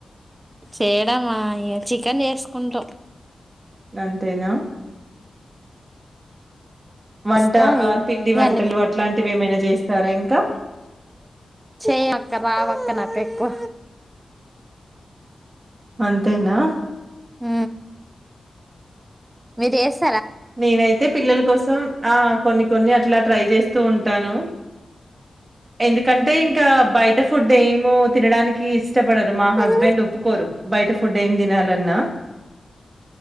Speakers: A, on the right (about 20°); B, on the right (about 35°).
A: చేయడమా ఇగ చికెన్ చేసుకుంటాం.
B: అంతేనా వంట
A: వస్తాయి
B: ఆ పిండి
A: ఇన్న
B: వంటలు అట్లాంటివేమైనా చేస్తారా ఇంకా?
A: చేయ్యం అక్క రావక్క నాకు ఎక్కువ
B: అంతేనా
A: ఊ మీరు చేస్
B: నేనైతే పిల్లల కోసం ఆ కొన్ని కొన్ని అట్లా ట్రై చేస్తూ ఉంటాను. ఎందుకంటే ఇంకా బయట ఫుడ్ ఏమో తినడానికి కీస్ ఇష్టపడరు మా హస్బెండ్
A: ఉహు
B: ఒప్పుకోరు బయట ఫుడ్ ఏం తినాలన్నా